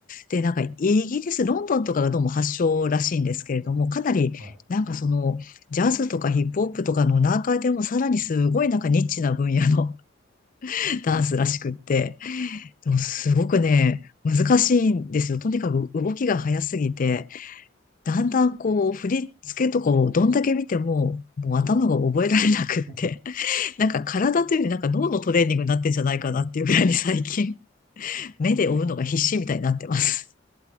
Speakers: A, on the left (about 45°); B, on the right (about 75°).
A: で、なんかイギリス、ロンドンとかがどうも発祥らしいんですけれども、かなりなんかそのジャズとかヒップホップとかの中でもさらにすごいなんかニッチな分野の
B: ー、はい。
A: <laughs> ダンスらしくって、
B: うん
A: でもすごくね、難しいんですよ。とにかく動きが速すぎて、だんだんこう振り付けとかをどんだけ見ても、もう頭が覚えられなくって、
B: <laughs>
A: <laughs> なんか体というよりなんか脳のトレーニングになってんじゃないかなっていうぐらいに最近
B: も
A: 目で追うのが必死みたいになってます。